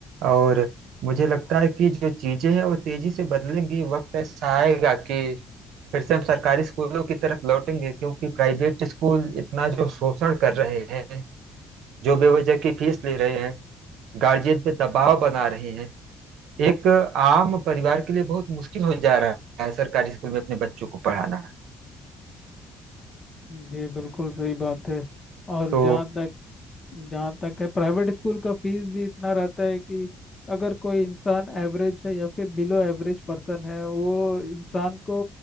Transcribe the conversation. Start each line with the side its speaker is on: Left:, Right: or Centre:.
Right: और मुझे लगता है कि जो चीजें हैं वो तेजी से बदलेंगी वक्त ऐसा आएगा कि फिर से हम सरकारी स्कूलों की तरफ लौटेंगे क्योंकि प्राइवेट स्कूल इतना जो शोषण कर रहे हैं जो बेवजह की फीस ले रहे हैं गार्जियन पे दबाव बना रहे हैं एक आम परिवार के लिए बहुत मुश्किल हो जा रहा है सरकारी स्कूल में अपने बच्चों को पढ़ाना
Left: जी बिल्कुल सही बात है और
Right: तो
Left: जहाँ तक जहाँ तक है प्राइवेट स्कूल का फीस भी इतना रहता है कि अगर कोई इंसान एवरेज है या फिर बिलो एवरेज पर्सन है वो इंसान को